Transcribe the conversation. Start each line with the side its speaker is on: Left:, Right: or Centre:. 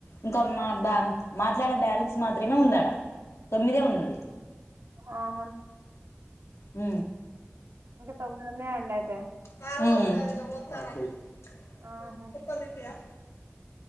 Left: ఇంకా
Right: ఆ
Left: మాబా మాట్లాడే బ్యాలెన్స్ మాత్రమే ఉందాడా తొమ్మిదే ఉన్నది
Right: ఆహ
Left: ఉ
Right: ఇంకా తొమ్మిది ఉన్నాయ్ అన్నది
Left: మ్
Right: ఆహా